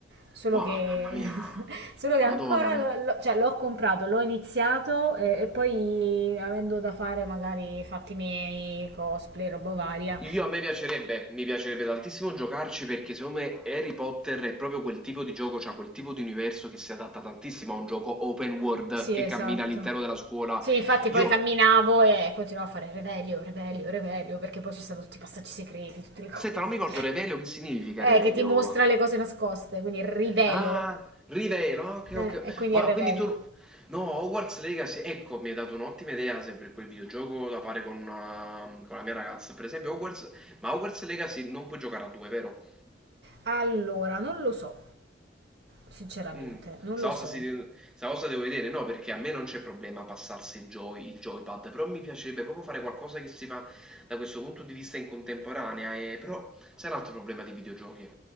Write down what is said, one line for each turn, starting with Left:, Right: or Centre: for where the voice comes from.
Right: Solo
Centre: Wow,
Right: che,
Centre: mamma mia,
Right: <laughs> solo che ancora
Centre: madonna mia.
Right: lo- cioè, l'ho comprato, l'ho iniziato e, e poi avendo da fare magari fatti miei, cosplay, roba varia.
Centre: Io a me piacerebbe, mi piacerebbe tantissimo giocarci perché secondo me Harry Potter è proprio quel tipo di gioco, cioè quel tipo di universo che si adatta tantissimo a un gioco open world
Right: Sì,
Centre: che
Right: esatto.
Centre: cammina all'interno della scuola.
Right: Sì, infatti
Centre: Io,
Right: poi camminavo e continuavo a fare Revelio, Revelio, Revelio, perché poi ci sono tutti i passaggi segreti, tutte le cose.
Centre: senta, non mi ricordo Revelio, che significa
Right: Eh,
Centre: Revelio?
Right: che ti mostra le cose nascoste, quindi rivelo.
Centre: Ah, Rivelo, ah, ok,
Right: Eh,
Centre: ok.
Right: e quindi
Centre: Wow,
Right: è Revelio.
Centre: quindi tu... No, Hogwarts Legacy, ecco, mi hai dato un'ottima idea se per quel videogioco da fare con, una- con la mia ragazza. Per esempio Hogwarts... Ma Hogwarts Legacy non puoi giocare a due, vero?
Right: Allora, non lo so, sinceramente,
Centre: Mm.
Right: non
Centre: Sausa,
Right: lo so.
Centre: si deve- Sausa devo vedere, no, perché a me non c'è problema passarsi il, joy, il joypad, però mi piacerebbe proprio fare qualcosa che si fa da questo punto di vista in contemporanea, e... però sai un altro problema di videogiochi,